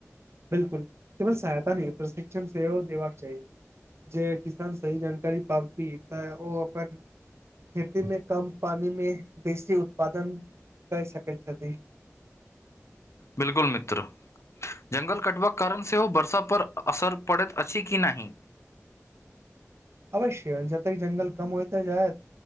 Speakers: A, on the right (about 60°); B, on the left (about 65°).
A: बिल्कुल केवल सहायता नहीं प्रशिक्षण सेहो देबाक चाही जे किसान सही जानकारी पाबथि तऽ ओ अपन खेती में कम पानी में बेसी उत्पादन कै सकै छथि
B: बिल्कुल मित्र जंगल कटबाक कारण से ओ वर्षा पर असर पड़ैत अछि कि नहीं
A: अवश्य जते जंगल कम होइते जैत